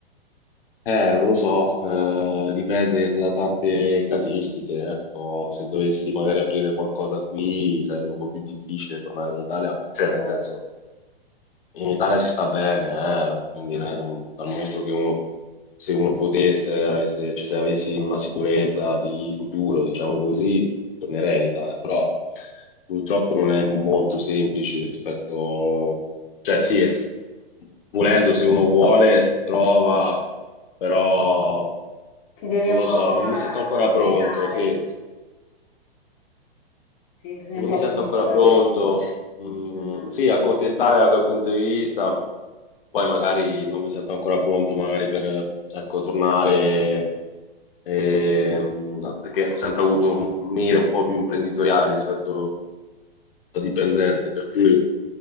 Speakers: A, on the left; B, on the left.
A: Eh, non lo so, eh, dipende da tante casistiche, ecco, se dovessi magari aprire qualcosa qui sarebbe un po' più difficile tornare in Italia, cioè
B: Cioè,
A: nel senso, in Italia si sta bene, eh, quindi eh, dal momento che uno, se uno potesse, avesse, cioè se avessi una sicurezza di futuro, diciamo così, tornerei in Italia, però purtroppo non è molto semplice rispetto, cioè sì, è s- volendo se uno vuole, trova però
B: Ti devi
A: non
B: un
A: lo
B: po'
A: so,
B: a-
A: non mi sento ancora
B: accontentare,
A: pronto, sì,
B: sì, bisogna
A: non
B: un po'
A: mi
B: accontentare.
A: sento ancora pronto, Mm,
B: Mm, mm.
A: sì, accontentare da quel punto di vista, poi magari non mi sento ancora pronto, magari per, ecco, tornare, ehm, perché ho sempre avuto un mire un po' più imprenditoriale rispetto dipendente, per cui